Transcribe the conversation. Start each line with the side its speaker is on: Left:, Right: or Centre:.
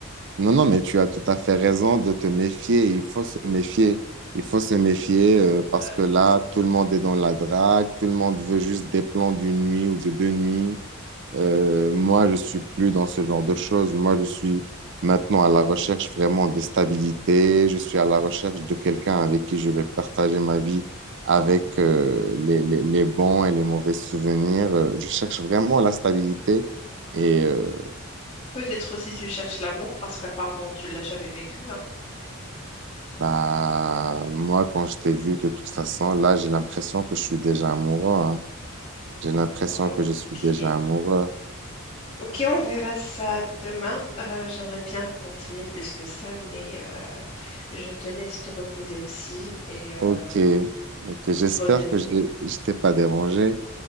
Right: Non, non, mais tu as tout à fait raison de te méfier. Il faut se méfier. Il faut se méfier euh, parce
Left: Euh,
Right: que là, tout le monde est dans la drague, tout le monde veut juste des plans d'une nuit ou de deux nuits. Euh,
Left: mhm.
Right: moi, je suis plus dans ce genre de choses. Moi, je suis maintenant à la recherche vraiment de stabilité. Je suis à la recherche de quelqu'un avec qui je vais partager ma vie, avec euh, les, les, les bons et les mauvais souvenirs. Euh, Je cherche vraiment la stabilité. Et euh,
Left: Peut-être aussi tu cherches l'amour parce qu'apparemment tu l'as jamais vécu, hein.
Right: bah, moi, quand je t'ai vu, de toute façon, là, j'ai l'impression que je suis déjà amoureux, hein. J'ai l'impression
Left: Ok.
Right: que je suis déjà amoureux.
Left: Ok, on verra ça demain. Euh, j'aimerais bien continuer plus que ça, mais euh, je te laisse te reposer aussi et euh,
Right: Ok, ok. J'espère
Left: bonne nuit.
Right: que j'ai- je t'ai pas dérangé.